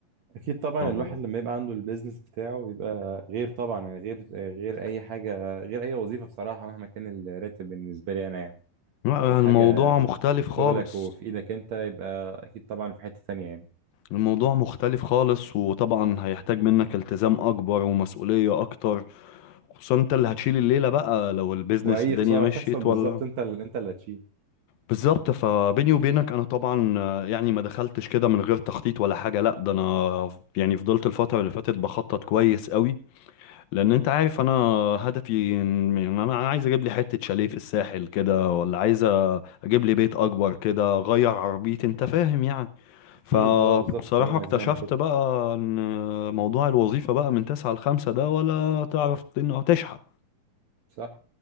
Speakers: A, on the right; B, on the left.
A: اكيد طبعا
B: اه
A: الواحد لما يبقى عنده البيزنس بتاعه بيبقى غير طبعا يعني غير غير اي حاجة غير اي وظيفة بصراحة مهما كان الراتب بالنسبة لي انا يعني
B: لا،
A: تبقى الحاجة
B: الموضوع مختلف خالص
A: شغلك وفي ايدك انت يبقى اكيد طبعا في حتة تانية يعني
B: الموضوع مختلف خالص وطبعا هيحتاج منك التزام اكبر ومسؤولية اكتر خصوصا انت اللي هتشيل الليلة بقى لو البيزنس
A: واي
B: الدنيا
A: خسارة
B: مشيت
A: تحصل بالظبط
B: ولا
A: انت ال- انت اللي هتشيل
B: بالظبط فبيني وبينك انا طبعا آه، يعني ما دخلتش كده من غير تخطيط ولا حاجة لا ده انا يعني فضلت الفترة اللي فاتت بخطط كويس قوي لان انت عارف انا هدفي ان إن انا عايز اجيب لي حتة شاليه في الساحل كده ولا عايز اجيب لي بيت اكبر كده اغير عربيتي انت فاهم يعني
A: اكيد
B: فبصراحة
A: اه بالظبط كلنا
B: اكتشفت
A: عايزين نعمل كده
B: بقى ان موضوع الوظيفة بقى من تسعة لخمسة ده ولا تعرف انه تشحن
A: صح؟